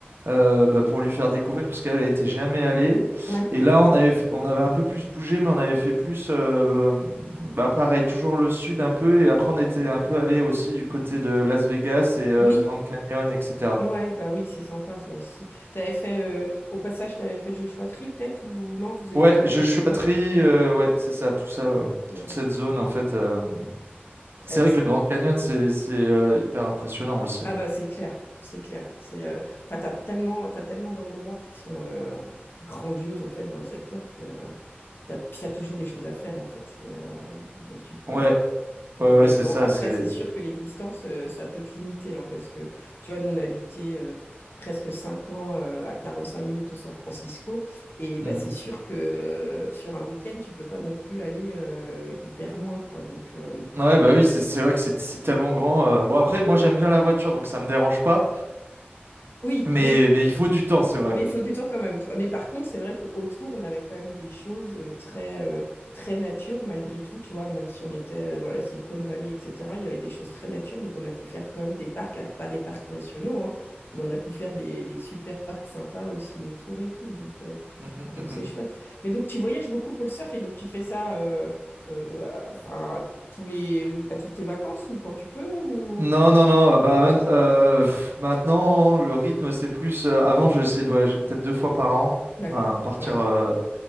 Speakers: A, on the right; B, on the left.
A: euh, bah, pour lui faire découvrir, parce qu'elle n'était jamais allée.
B: Ouais.
A: Et là, on avait, f- on avait un peu plus bougé, mais on avait fait plus, euh, bah, bah, pareil, toujours le sud un peu, et après on était un peu allé aussi du côté de Las Vegas et euh,
B: Oui.
A: Grand Canyon, etc.
B: Ouais, bah oui, c'est sympa ça aussi. T'avais fait... euh, Au passage, t'avais fait Joshua Tree peut-être ou non, vous, avez-
A: Ouais,
B: vous aviez
A: je suis
B: fait... Ouais.
A: à Tri, euh, ouais, c'est ça, tout ça, ouais.
B: Ouais.
A: Toute cette zone, en fait. euh, C'est
B: Euh,
A: vrai que le Grand Canyon, c'est c'est, euh, hyper impressionnant aussi.
B: Ah bah c'est clair, c'est clair. C'est, euh, enfin, t'as tellement, t'as tellement d'endroits qui sont euh, grandioses en fait dans le secteur que euh, t'as, puis t'as toujours des choses à faire en fait. C'est, euh, donc tu peux,
A: Ouais,
B: tu peux-
A: ouais,
B: Mais
A: ouais, c'est
B: bon,
A: ça,
B: après
A: c'est...
B: c'est sûr que les distances, euh, ça peut te limiter hein, parce que tu vois, nous on a habité euh, presque 5 ans euh, à 45 minutes de San Francisco et bah
A: Mhm.
B: c'est sûr que euh, sur un week-end tu peux pas non plus aller euh, hyper loin quoi. Donc euh,
A: Ouais, bah oui, c'est c'est vrai que c'est c'est tellement grand. euh. Bon, après, moi, j'aime bien la voiture, donc ça me dérange pas,
B: oui,
A: mais,
B: oui,
A: mais il faut du temps, c'est vrai.
B: Mais il faut du temps quand même, tu vois. Mais par contre, c'est vrai qu'autour, on avait quand même des choses euh, très, euh, très nature malgré tout, tu vois. Même si on était euh, dans la Silicon Valley, etc., il y avait des choses très nature. Donc, on a pu faire quand même des parcs. Alors, pas des parcs nationaux, hein, mais on a pu faire des, des super parcs sympas aussi autour et tout. Donc, euh,
A: Mm, mm,
B: donc
A: mm,
B: c'est
A: mm.
B: chouette. Mais donc, tu voyages beaucoup pour le surf et donc, tu fais ça euh, euh, à- enfin, à tous les, à toutes tes vacances ou quand tu peux ou...
A: Non, non, non, euh, bah, man- euh, pff, maintenant, le rythme, c'est plus... euh, avant, j'essayais de voyager peut-être deux fois par an,
B: D'accord,
A: hein, partir...
B: ouais.
A: euh,